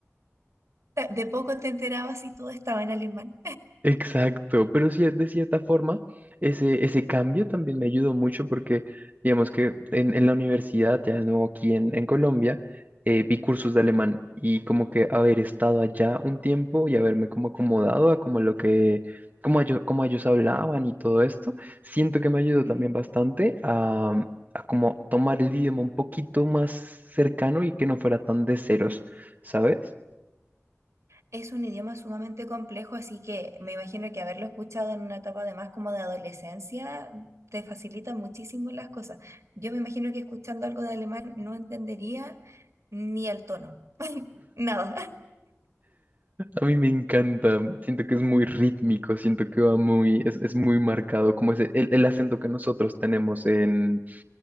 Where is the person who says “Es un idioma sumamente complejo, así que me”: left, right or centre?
Right